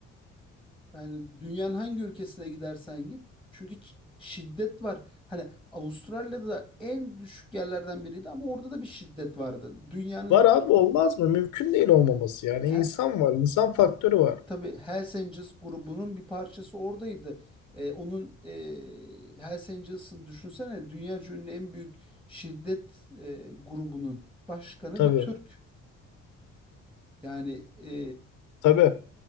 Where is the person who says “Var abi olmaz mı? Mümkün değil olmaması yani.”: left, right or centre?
Left